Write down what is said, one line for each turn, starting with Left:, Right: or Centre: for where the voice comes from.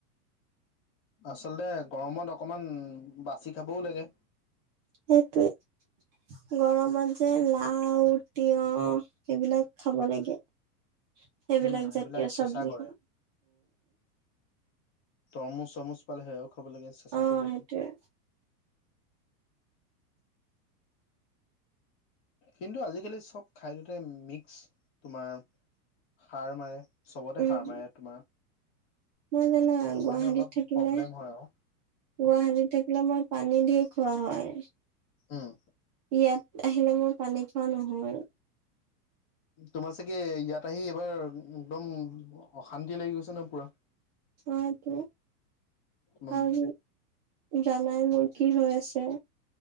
Left: আচলতে গৰমত অকমান বাচি খাবও লাগে,
Right: সেইটোৱে গৰমত যে লাউ, তিয়হঁ সেইবিলাক খাব লাগে। সেইবিলাক
Left: উম,
Right: জাতীয়
Left: চেষ্টা
Right: চব্জি।
Left: কৰে তৰমুচ চৰমুচ পালে সেয়াও খাব লাগে চেচা
Right: অ
Left: কৰি ৰাখে।
Right: সেইটোয়ে
Left: কিন্তু আজিকালি চব খাদ্যতে মিক্স তোমাৰ সাৰ মাৰে। চবতে
Right: উম
Left: হাৰ মাৰে তোমাৰ
Right: মই জানো
Left: সেইকাৰণে
Right: গুৱাহাটীত
Left: অলপ
Right: থাকিলে
Left: প্ৰব্লেম হয় আৰু
Right: গুৱাহাটীত থাকিলে মই পানী দি, কোৱা হয়।
Left: উম্।
Right: ইয়াত আহিলে মই পানী খোৱা নহয় আৰু
Left: তোমাৰ চাগে ইয়াত আহি এইবাৰ একদম অশান্তি লাগি গৈছে ন পুৰা
Right: অটো
Left: উম
Right: আৰু জানাই মোৰ কি হৈ আছে